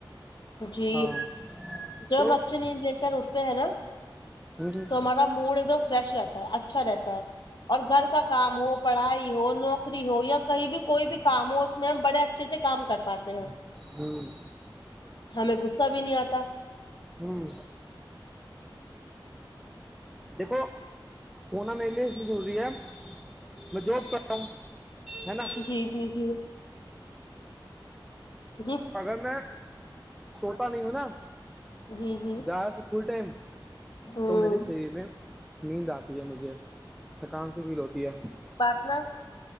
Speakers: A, on the left; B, in the centre.
A: جی
B: ہاں
A: جب
B: تو
A: ہم اچھی نیند لے کر اٹھتے ہیں نا تو جیسے
B: ہ
A: تو ہمارا موڈ ایک دم فریش رہتا ہے اچھا رہتا ہے اور گھر کا کام ہو پڑھائی لکھائی بزنس ہو نوکری ہو یا کہیں بھی کوئی بھی کام ہو اس میں ہم بڑے اچھے سے کام کر پاتے ہیں ٹھیک
B: ہ
A: ہے ہمیں غصہ بھی نہیں آتا
B: ہوں دیکھو <unintelligible> سونا میرے لیے اس لیے ضروری ہے میں جاب کر رہا ہوں ہے نا
A: جی جی جی جی <unintelligible>
B: اگر میں سوتا نہیں ہوں نا
A: جی جی
B: تو جیسے فل ٹائم
A: ہوں
B: تو میرے شریر میں نیند آتی ہے مجھے تھکان سی بی فیل ہوتی ہے
A: نہ